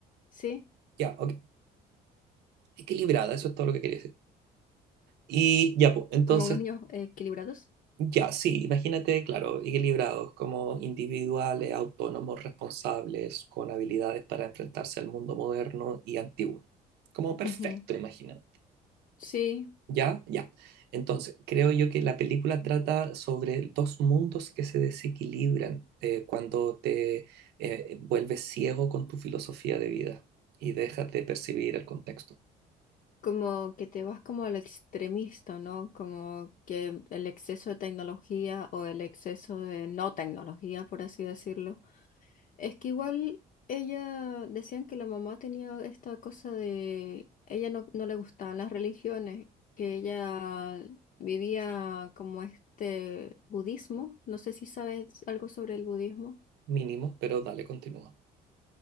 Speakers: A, on the left; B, on the right.
A: sí,
B: Ya, ok. Equilibrada, eso es todo lo que quería decir. Y ya, pues, entonces,
A: como unos niños eh, equilibrados.
B: ya, sí, imagínate, claro, equilibrados como individuales, autónomos, responsables, con habilidades para enfrentarse al mundo moderno y antiguo. Como perfecto,
A: Ujú.
B: imagina
A: Sí,
B: Ya, ya. Entonces, creo yo que la película trata sobre dos mundos que se desequilibran eh, cuando te eh, vuelves ciego con tu filosofía de vida y dejas de percibir el contexto.
A: como que te vas como al extremista, ¿no? Como que el exceso de tecnología o el exceso de no tecnología, por así decirlo. Es que igual ella decían que la mamá tenía esta cosa de ella no, no le gustaban las religiones, que ella vivía como este budismo, no sé si sabes algo sobre el budismo,
B: Mínimo, pero dale, continúa.